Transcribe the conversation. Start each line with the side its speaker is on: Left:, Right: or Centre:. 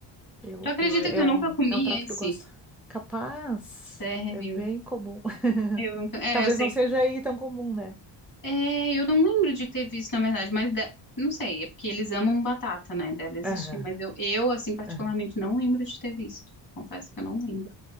Centre: Eu,
Left: Tu acredita
Centre: eu, é
Left: que eu
Centre: um,
Left: nunca comi
Centre: é um prato
Left: esse?
Centre: que eu gosto. Capaz,
Left: Sério?
Centre: é bem comum. <laughs>
Left: Eu nunca, é,
Centre: Talvez
Left: eu sei
Centre: não seja aí tão comum, né?
Left: É, eu não lembro de ter visto, na verdade, mas de- não sei, é porque eles amam batata, né? Deve existir,
Centre: Aham,
Left: mas eu, eu, assim, particularmente
Centre: aham.
Left: não lembro de ter visto. Confesso que eu não lembro.